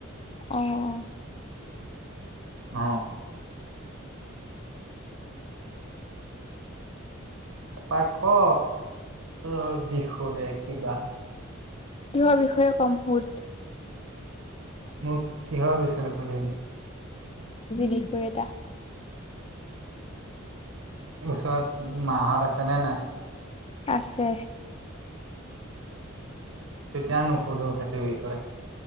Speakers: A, on the left; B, on the right.
A: অ, অ'
B: অ' তই ক তোৰ বিষয়ে কিবা
A: কিহৰ বিষয়ে কম মোত
B: মোক কিহৰ বিষয়ে সুধিম।
A: বিষয় এটা <unintelligible>
B: ওচৰত মা'হত আছে নে নাই?
A: আছে।
B: এতিয়া নুসুধো সেইটো বিষয়ে।